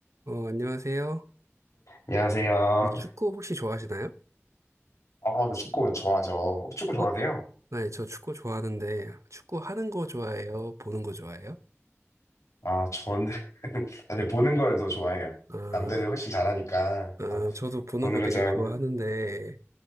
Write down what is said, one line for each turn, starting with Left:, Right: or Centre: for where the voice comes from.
Right: 어, 안녕하세요.
Left: 안녕하세요.
Right: 뭐 축구 혹시 좋아하시나요?
Left: 아, 저 축구 좋아하죠. 축구
Right: 축구?
Left: 좋아하세요?
Right: 아, 네, 저 축구 좋아하는데, 축구 하는 거 좋아해요? 보는 거 좋아해요?
Left: 아, 저는 <laughs> 사실 보는 걸 더 좋아해요.
Right: 아,
Left: 남들은 훨씬 잘하니까
Right: 아,
Left: 그래서
Right: 저도 보는
Left: 보는
Right: 거
Left: 걸
Right: 되게
Left: 좋아하고.
Right: 좋아하는데,